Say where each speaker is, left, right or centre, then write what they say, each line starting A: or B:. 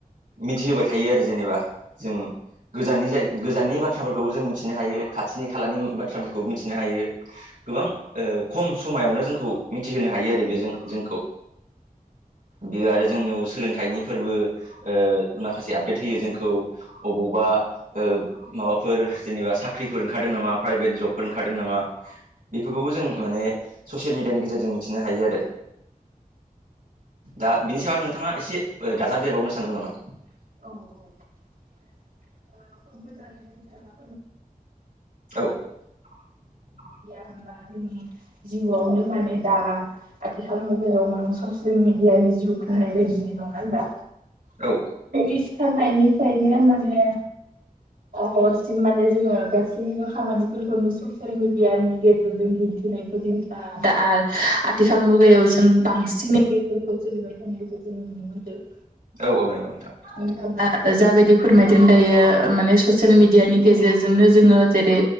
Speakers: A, on the right (about 70°); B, on the right (about 90°).
A: मिथिहोबाय थायो आरो जेनेबा जों गोजाननि गोजाननि बाथ थ्राफोरखोबो जों मिथिनो हायो खाथिनि खालानि बाथ्राफोरखौबो मिथिनो हायो गोबां ओ ख खम समायावनो जोंखौ मिथिहोनो हायो आरो बे जों जोंखौ। बेयो आरो जोंनियाव सोलोंथाइनि फोरबो ओ माखासे आपडेट होयो जोंखौ अबवबा ओ माबाफोर जेनेबा साख्रिफोर ओंखारदों नामा प्राइभेट जबफोर ओंखारदों नामा बेफोरखौबो जों माने ससियेल मिडियानि गेजेरजों मिथिनो हायो आरो। दा बिनि सायाव नोंथांङा एसे दाजाबदेरबावनो सानदों नामा?
B: औ <unintelligible>
A: औ <inaudible>
B: <unintelligible> जिउआवनो माने दा आथिखाल मबाइलाव माने ससियेल मिडियानि जिउ खोननाय बायदि नङा होनबा
A: औ
B: सिखारनायनिफ्रायनो माने हरसिम माने जोङो गासैबो खामानिफोरखौनो ससियेल मिडियानि गेजेरजों दि खा दा आथिखाल मुगायाव जों बांसिनै बेफोरखौ सोलिबाय थानाय जों नुनो मोनदों
A: औ - औ नंगौ नोंथां
B: नोंथांङा जाबायदि फोरमायदों दायो माने ससियेल मिडियानि गेजेरजोंनो जोंङो जेरै